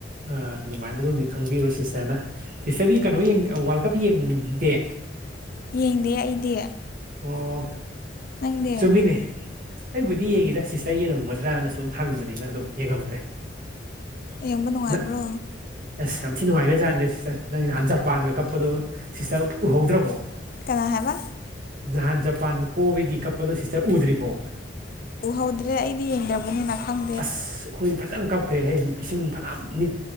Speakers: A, on the right; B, on the left.
A: ꯑꯥ ꯑꯗꯨꯃꯥꯏꯅ ꯑꯗꯨꯝꯅꯤ ꯈꯪꯕꯤꯔꯣ ꯁꯤꯁꯇꯔꯅ ꯁꯤꯁꯇꯔꯗꯤ ꯀꯩꯅꯣ ꯑꯥ ꯋꯥꯔꯜ ꯀꯞ ꯌꯦꯡꯗꯦ꯫
B: ꯌꯦꯡꯗꯦ ꯑꯩꯗꯤ꯫
A: ꯑꯣ
B: ꯅꯪꯗꯤ
A: ꯆꯨꯝꯃꯤꯅꯦ꯫ ꯑꯩꯕꯨꯗꯤ ꯌꯦꯡꯉꯤꯗ ꯁꯤꯁꯇꯔ ꯌꯦꯡꯉꯝꯒꯗ꯭ꯔꯅ ꯁꯨꯝ ꯍꯪꯕꯅꯤꯗ ꯑꯗꯣ ꯌꯦꯡꯉꯝꯗ꯭ꯔꯦ꯫
B: ꯌꯦꯡꯕ ꯅꯨꯡꯉꯥꯏꯕ꯭ꯔꯣ꯫
A: ꯅ ꯑꯁ ꯌꯥꯝ ꯊꯤ ꯅꯨꯡꯉꯥꯏꯈ꯭ꯔ ꯖꯥꯠꯅꯤꯗ ꯁꯤꯁꯇꯔ ꯅꯪ ꯅꯍꯥꯟ ꯖꯄꯥꯟꯒ ꯀꯞꯄꯗꯣ ꯁꯤꯁꯇꯔ ꯎꯍꯧꯗ꯭ꯔꯕꯣ꯫
B: ꯀꯅꯥ ꯍꯥꯏꯕ꯫
A: ꯅꯍꯥꯟ ꯖꯄꯥꯟ ꯄꯣꯕꯒꯤ ꯀꯞꯄꯗꯣ ꯁꯤꯁꯇꯔ ꯎꯗ꯭ꯔꯤꯕꯣ꯫
B: ꯎꯍꯧꯗ꯭ꯔꯦ ꯑꯩꯗꯤ ꯌꯦꯡꯗꯕꯅꯤꯅ ꯈꯪ
A: ꯑꯁ ꯑꯩꯈꯣꯏꯗꯤ ꯐꯖꯅ ꯀꯞꯈ꯭ꯔꯦꯍꯦ ꯏꯁꯤꯡ ꯐꯅꯥꯝ ꯃꯤꯠ